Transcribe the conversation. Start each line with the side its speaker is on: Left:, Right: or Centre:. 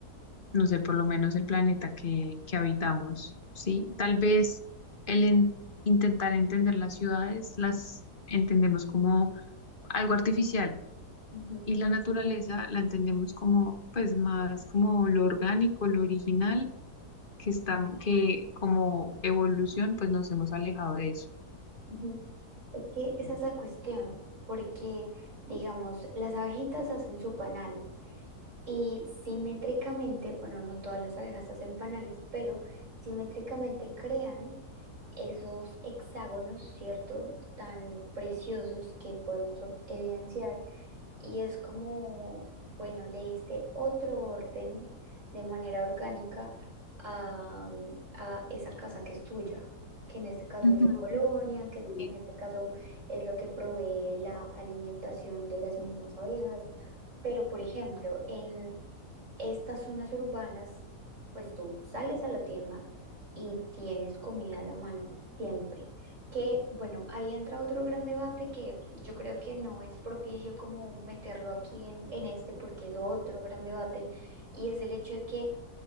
Left: no sé, por lo menos el planeta que, que habitamos, ¿sí? Tal vez el en- intentar entender las ciudades, las entendemos como algo artificial
Right: ujú,
Left: y la naturaleza la entendemos como, pues más como lo orgánico, lo original, que está, que como evolución, pues nos hemos alejado de eso.
Right: ujú. Es que esa es la cuestión, porque, digamos, las abejitas hacen su panal. Y simétricamente, bueno, no todas las abejas hacen panales, pero simétricamente crean esos hexágonos, ¿cierto? Tan preciosos que podemos ob- evidenciar. Y es como, bueno, le diste otro orden de manera orgánica a, a esa casa que es tuya, que en este caso
Left: Ujú,
Right: es la colonia, que es-
Left: Sí,
Right: en este caso es lo que provee la alimentación de las mismas abejas. Pero, por ejemplo, en estas zonas urbanas, pues tú sales a la tienda y tienes comida a la mano siempre. Que bueno, ahí entra otro gran debate que pues, yo creo que no es propicio como meterlo aquí en, en este, porque es otro gran debate, y es el hecho de que